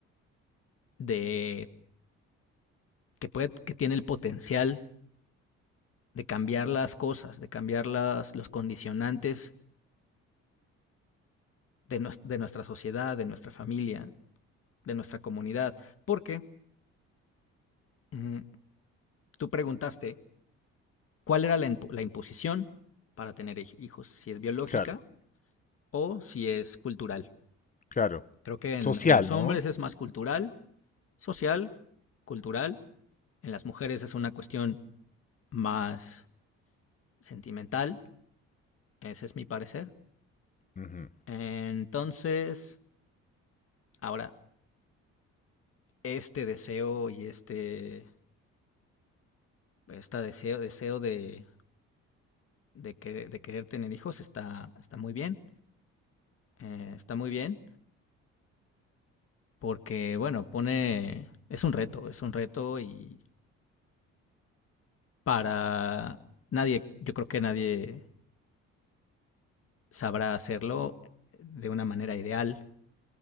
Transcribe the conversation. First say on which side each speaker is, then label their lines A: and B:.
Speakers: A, on the left; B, on the left.
A: de, que, puede, que tiene el potencial de cambiar las cosas, de cambiar las, los condicionantes de, no, de nuestra sociedad, de nuestra familia, de nuestra comunidad. Porque mm, tú preguntaste cuál era la, la imposición para tener hijos, si es biológica
B: Claro,
A: o si es cultural.
B: claro.
A: Creo que en,
B: Social,
A: en los hombres
B: ¿no?
A: es más cultural social, cultural. En las mujeres es una cuestión más sentimental, ese es mi parecer.
B: Ujú,
A: Entonces, ahora, este deseo y este, este deseo, deseo de, de, que- de querer tener hijos está, está muy bien, eh, está muy bien, porque, bueno, pone, es un reto, es un reto y para nadie, yo creo que nadie sabrá hacerlo de una manera ideal.